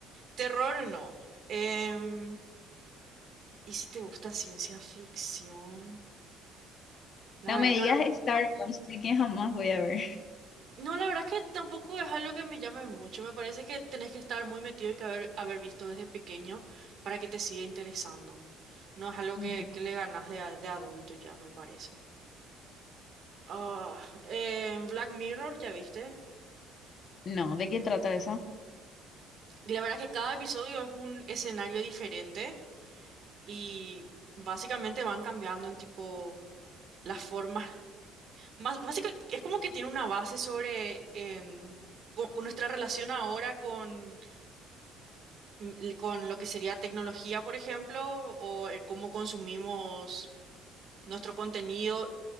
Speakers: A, on the right; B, on the left.
A: terror no. Em, ¿y si te gusta ciencia ficción? La
B: No
A: verdad
B: me
A: que
B: digas
A: ahora...
B: Star Wars porque jamás voy a ver.
A: No, la verdad es que tampoco es algo que me llame mucho. Me parece que tenés que estar muy metido y que haber, haber visto desde pequeño para que te siga interesando. No es algo
B: Ujú.
A: que, que le ganas de, a- de adulto ya, me parece. Ah, em, Black Mirror, ¿ya viste?
B: No, ¿de qué trata eso?
A: Y la verdad que cada episodio es un escenario diferente y básicamente van cambiando en tipo las formas. Más, básicamente es como que tiene una base sobre en, co- con nuestra relación ahora con, mm, l- con lo que sería tecnología, por ejemplo, o eh, cómo consumimos nuestro contenido.